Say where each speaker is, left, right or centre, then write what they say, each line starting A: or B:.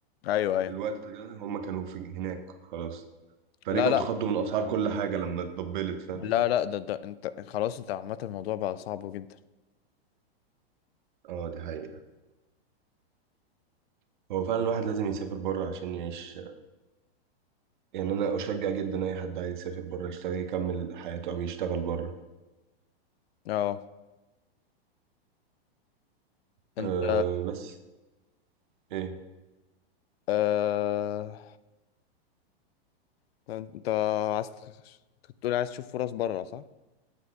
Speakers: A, on the left (about 75°); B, on the right (about 50°).
A: ايوه ايوه
B: الوقت ده هما كانوا في هناك خلاص فرجعوا
A: لا لا
B: اتخضوا من اسعار اه كل حاجه لما اتضبلت فاهم
A: لا لا ده, ده انت خلاص انت عامه الموضوع بقى صعب جدا
B: اه دي حقيقه هو فعلا الواحد لازم يسافر بره عشان يعيش يعني انا اشجع جدا اي حد عايز يسافر بره يشتغل يكمل حياته او يشتغل بره
A: اه انت
B: أه بس ايه
A: آه... انت أنت عايز تخ- كنت بتقول عايز تشوف فرص بره صح؟